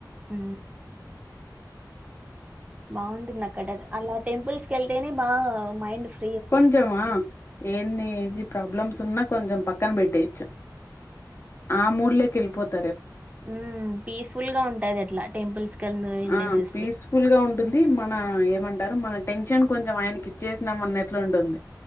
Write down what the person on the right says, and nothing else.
హు బాగుంటుంది అక్కడ అలా టెంపుల్స్ క వెళ్తేనే బాగా మైండ్ ఫే
ఉ పీస్ఫుల్ గా ఉంటాది అట్లా టెంపుల్స్ కండు వెళ్ళేసేస్తే